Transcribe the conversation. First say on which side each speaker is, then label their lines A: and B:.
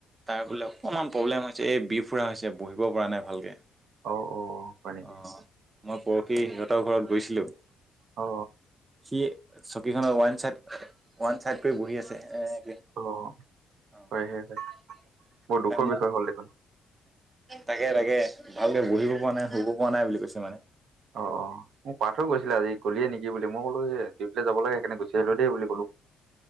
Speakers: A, on the right; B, on the right.
A: তাৰ বোলে অকণমান প্ৰব্লেম হৈছে এই বিফুৰা হৈছে বহিব পৰা নাই ভালকে
B: অ অ হয় নেকি
A: অ', মই পৰখি সিহঁতৰ ঘৰত গৈছিলোঁ।
B: অ
A: সি চকী খনৰ ওৱান চাইদ, ওৱান চাইদ কৰি বহি আছে এ এনেকে অ',
B: অ হয় হয় হয় বৰ দুখৰ বিষয় হল দেখোন
A: তাকে তাকে ভালকে বহিব পৰা নাই শুব পৰা নাই বুলি কৈছে মানে।
B: অ', অ', মোক পাৰ্থয়ে কৈছিলে আজি গলিয়েনেকি বুলি মই কলোঁ এ ডিউটিলে যাব লগে সেইকাৰনে গুচি আহিলোঁ দে বুলি কলোঁ। <inaudible>